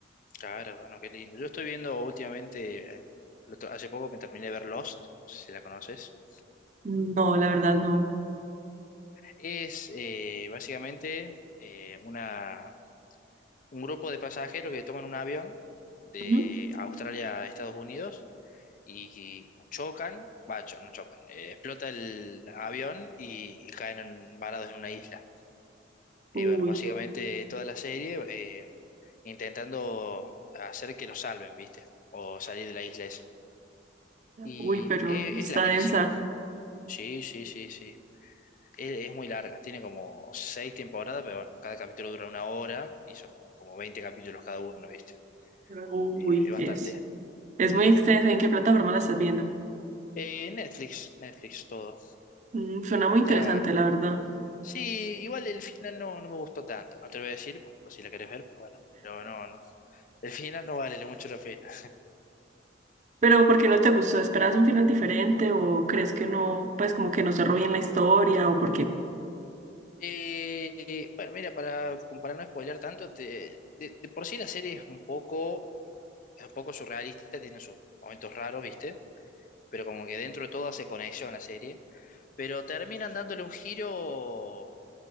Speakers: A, on the left (about 45°); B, on the right (about 40°).
A: Claro, bueno, qué lindo. Yo estoy viendo últimamente, eh, el otro- hace poco me terminé de ver Lost, no sé si la conoces.
B: No, la verdad no.
A: Es eh, básicamente eh, una, un grupo de pasajeros que toman un avión de
B: Ujú.
A: Australia a Estados Unidos y, y chocan, va, cho- no chocan, eh, explota el avión y, y caen en- varados en una isla. Y
B: Uy,
A: bueno, básicamente toda la serie eh, intentando hacer que los salven, ¿viste? O salir de la isla esa. Y
B: uy, pero
A: e-
B: está
A: es, larguísima.
B: densa.
A: Sí, sí, sí, sí. e- es muy larga, tiene como seis temporadas, pero bueno, cada capítulo dura una hora y son como 20 capítulos cada uno, ¿viste?
B: Uy,
A: Eh, es bastante.
B: es, es muy extensa. ¿En qué plataforma la estás viendo?
A: Eh, Netflix, Netflix, todo.
B: Mm, suena muy
A: Está...
B: interesante, la verdad.
A: Sí, igual el final no, no me gustó tanto, no te lo voy a decir por, por si la querés ver, pero bueno, pero no, no. El final no vale mucho la pena.
B: Pero ¿por qué no te gustó? ¿Esperabas un final diferente o crees que no, pues como que no cerró bien la historia o porque...
A: Eh, bueno, mira, para, como para no spoilear tanto, te- de, de por sí la serie es un poco, es un poco surrealista, tiene sus momentos raros, ¿viste? Pero como que dentro de todo hace conexión la serie pero terminan dándole un giro